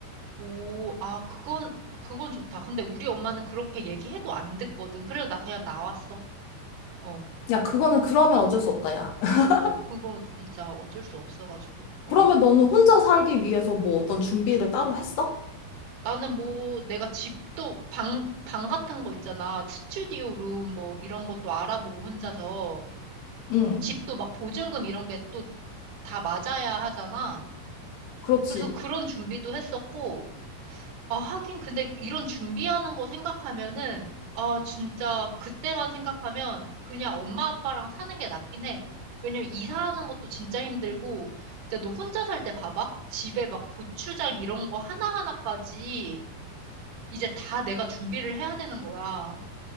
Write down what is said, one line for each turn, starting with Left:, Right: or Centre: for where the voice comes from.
Right: 오, 아, 그건, 그건 좋다. 근데 우리 엄마는 그렇게 얘기해도 안 듣거든. 그래서 나 그냥 나왔어. 어,
Left: 야, 그거는 그러면 어쩔 수 없다, 야. <laughs>
Right: 어, 그거 진짜 어쩔 수 없어가지고. 어.
Left: 그러면 너는 혼자 살기 위해서 뭐 어떤 준비를 따로 했어?
Right: 나는 뭐 내가 집도 방, 방 같은 거 있잖아. 스튜디오 룸 뭐 이런 것도 알아보고 혼자서.
Left: 응,
Right: 집도 막 보증금 이런 게또 다 맞아야 하잖아.
Left: 그렇지.
Right: 그래서 그런 준비도 했었고, 아, 하긴 근데 이런 준비하는 거 생각하면은, 아, 진짜 그때만 생각하면 그냥 엄마 아빠랑 사는 게 낫긴 해. 왜냐면 이사하는 것도 진짜 힘들고, 근데 너 혼자 살 때 봐봐. 집에 막 고추장 이런 거 하나하나까지 이제 다 내가 준비를 해야 되는 거야.